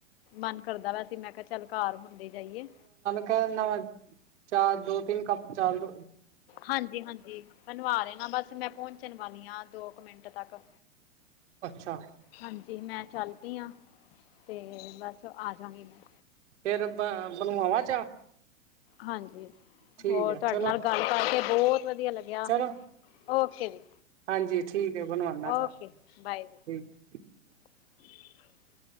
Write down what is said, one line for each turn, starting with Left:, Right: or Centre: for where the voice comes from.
Left: ਮਨ ਕਰਦਾ ਵੈਸੇ ਮੈਂ ਕਿਹਾ ਚੱਲ ਘਰ ਹੁੰਦੇ ਜਾਈਏ।
Right: ਐਲੋ, ਚਾਹ ਦੇਕੇ ਇਕ ਕੱਪ ਚਾਹ ਈ ਹੋ
Left: ਹਾਂਜੀ ਹਾਂਜੀ ਬਨਵਾ ਲੈਨਾ ਬਸ ਮੈਂ ਪਹੁੰਚਣ ਵਾਲੀ ਆ ਦੋ ਕੁ ਮਿੰਟ ਤੱਕ।
Right: ਅੱਛਾ
Left: ਹਾਂਜੀ ਮੈਂ ਚੱਲ ਪੀਆ, ਤੇ ਬਸ ਆ ਜਾਗੀ ਮੈਂ।
Right: ਫੇਰ ਇਦਾਂ ਬਣਵਾਵਾਂ ਚਾ?
Left: ਹਾਂਜੀ,
Right: ਠੀਕ
Left: ਹੋਰ
Right: ਹੈ
Left: ਤੁਹਾਡੇ
Right: ਚਲੋ
Left: ਨਾਲ ਗੱਲ ਕਰਕੇ ਬਹੁਤ ਵਧੀਆ ਲੱਗਿਆ।
Right: ਚਲੋ
Left: ਓਕੇ ਜੀ।
Right: ਹਾਂਜੀ ਠੀਕ ਐ ਬਣਵਾਣਾ ਚਾਹ,
Left: ਓਕੇ ਬਾਏ ਜੀ
Right: ਠੀਕ।
Left: <inaudible>